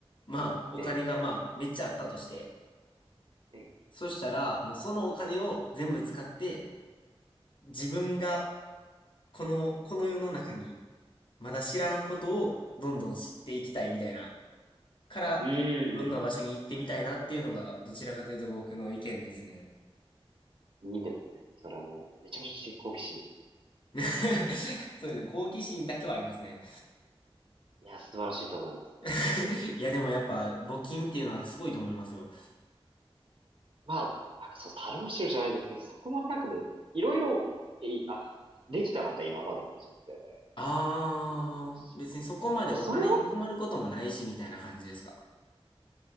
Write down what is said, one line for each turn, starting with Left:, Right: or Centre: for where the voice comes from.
Left: まあ、お金がまあ、
Right: ええ
Left: めっちゃあったとして、
Right: ええ
Left: そしたら、もうそのお金を全部使って、自分が、この、この世の中に、まだ知らんことを、どんどん知っていきたいみたいな、から、
Right: ええうー
Left: どんな場所に行ってみたいなっていうのが、どちらかというと僕の意見ですね。
Right: ん。いいですね。それはもう、めちゃめちゃ知的好奇心。い
Left: <laughs> そうですね、好奇心だけはありますね。
Right: や、素晴らしいと思います。
Left: <laughs> いや、でもやっぱ、募金っていうのはすごいと思いますよ。
Right: まあ、なんかそう、樽を知るじゃないですけど、そこまでなんかもう、いろいろ、えいあ、できたので、今までの人生で、
Left: ああ、
Right: 経験もできるし。
Left: 別にそこまでお金に困ることもないし、
Right: それを
Left: みたいな感じですか。